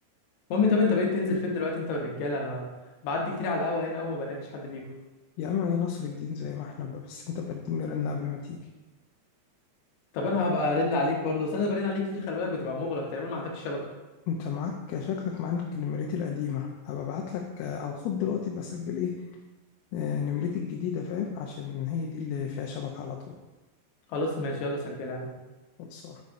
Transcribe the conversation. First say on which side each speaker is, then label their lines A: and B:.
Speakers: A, on the left; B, on the left.
A: المهم طب انت بقيت تنزل فين دلوقتي انت والرجاله انا بعدي كتير على القهوه هنا اول ما بلاقيكش حد فيكم
B: يا اما يا نصر الدين زي ما احنا بقى بس انت بديني رن قبل ما تيجي
A: طب انا هبقى ارن عليك برضه بس انا برن عليك كتير خلي بالك بتبقى مغلق تقريبا ما عندكش شبكه
B: انت معاك شكلك معاك نمرتي القديمة هبقى ابعت لك آه، او خد دلوقتي بسجل ايه آه، نمرتي الجديدة فاهم عشان هي دي اللي فيها شبكة على طول
A: خلاص ماشي يلا سجلها
B: خلصان